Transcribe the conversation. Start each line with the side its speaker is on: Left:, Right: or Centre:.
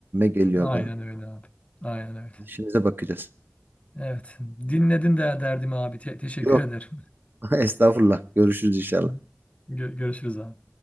Right: geliyor
Left: Aynen
Right: bana.
Left: öyle abi. Aynen öyle.
Right: İşimize bakacağız.
Left: Evet. Dinledin de derdimi abi. Te- teşekkür
Right: Yok
Left: ederim.
Right: <laughs> estağfurullah. Görüşürüz inşallah.
Left: <laughs> Gö- görüşürüz abi.